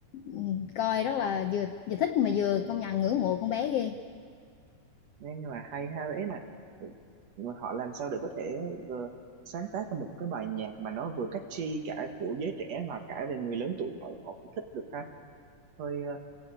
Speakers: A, on the left; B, on the right.
A: Ừ, coi rất là vừa vừa thích mà vừa công nhận ngưỡng mộ con bé ghê
B: nhưng mà hay ha ý là ừ, họ làm sao để có thể ờ, sáng tác ra một cái bài nhạc mà nó vừa catchy cả của giới trẻ mà cả về người lớn tuổi họ họ cũng thích được ha hơi ờ,